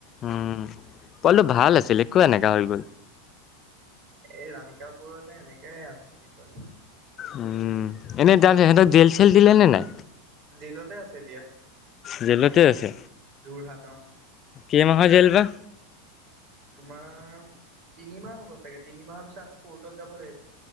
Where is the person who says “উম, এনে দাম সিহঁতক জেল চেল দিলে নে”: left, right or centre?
Left